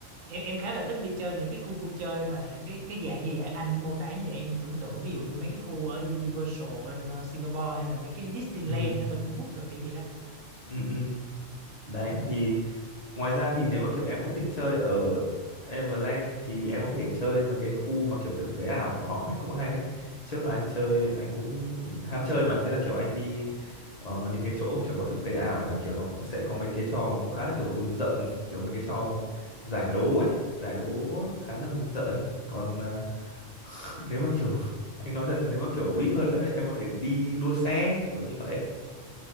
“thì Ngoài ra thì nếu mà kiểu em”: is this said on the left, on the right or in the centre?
Left